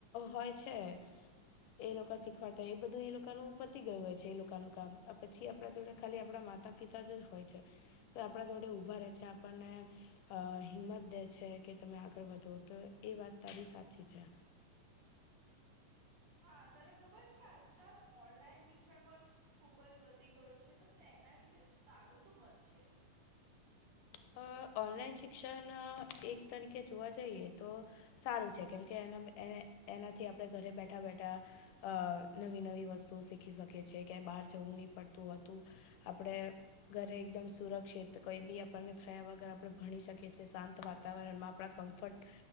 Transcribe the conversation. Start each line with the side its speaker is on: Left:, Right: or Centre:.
Left: હોય છે. એ લોકો શીખવાડતા એ બધું એ લોકોનું પતી ગયું હોય છે. એ લોકોનું કામ પછી આપણા જોડે ખાલી આપણા માતા પિતા જ હોય છે. તો આપણા જોડે ઉભા રહેે છે. આપણને અ હિંમત દે છે કે તમે આગળ વધો તો એ વાત તારી સાચી છે.
Right: હા તને ખબર છે કે આજકાલ ઓનલાઈન શિક્ષણ પર ખુબ જ વધી ગયું છે. તો તેના વિશે તારો શું મત છે?
Left: અ ઓનલાઈન શિક્ષણ એક તરીકે જોવા જઈએ તો સારું છે. કેમ કે એના એનાથી આપણે ઘરે બેઠા બેઠા અ નવી નવી વસ્તુઓ શીખી શકે છે. ક્યાંય બાર જવું નહી પડતું હોતું. આપણેે ઘરે એકદમ સુરક્ષિત કઈ બી આપ આપણને થયા વગર આપણે ભણી શકીએ છીએ. શાંત વાતાવરણમાં આપણા કમ્ફર્ટ